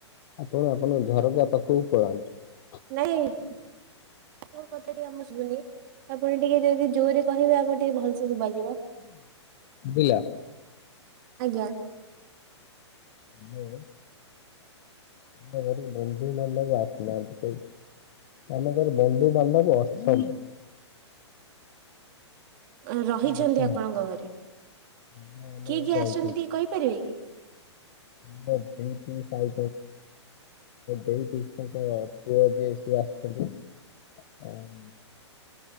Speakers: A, on the left (about 45°); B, on the right (about 45°).
A: ଆପଣ ଆପଣଙ୍କ ଝରକା ପାଖୁକୁ ପଳାନ୍ତୁ।
B: ନାଇଁ ଆପଣଙ୍କ କଥା ଟିକେ ଆମୁକୁ ଶୁଭୁନି। ଆପଣ ଟିକେ ଯଦି ଜୋରରେ କହିବେ ଆମୁକୁ ଟିକେ ଭଲସେ ଶୁଭାଯିବ।
A: ବୁଝିଲା।
B: ଆଜ୍ଞା।
A: ମୁଁ ଆମ ଘରୁକୁ ବନ୍ଧୁ ବାନ୍ଧବ ଆସିନାହାନ୍ତି କେହି। ଆମ ଘରେ ବନ୍ଧୁ ବାନ୍ଧବ ଅଛନ୍
B: ଅଁ ରହିଛନ୍ତି
A: ଆସିନାହାନ୍ତି
B: ଆପଣଙ୍କ ଘରେ।
A: ଆମ ଆମ
B: କିଏ
A: ଘରେ
B: କିଏ ଆସିଛନ୍ତି
A: ରହିଛନ୍ତି।
B: ଟିକେ କହିପାରିବେ କି?
A: ମୋ ପିଇସୀ <unintelligible> ଆଉ ଦେଇ <unintelligible> ପୁଅ ଯିଏ ସିଏ ଆସିଛନ୍ତି। ଅମ୍